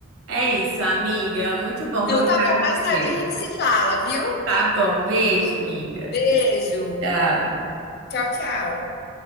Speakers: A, on the right (about 85°); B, on the left (about 50°).
A: É isso, amiga. Muito bom
B: Então
A: conversar
B: tá bom,
A: com
B: mais
A: você.
B: tarde a gente se fala, viu?
A: Tá bom, beijo, amiga.
B: Beijo.
A: Tchau.
B: Tchau, tchau.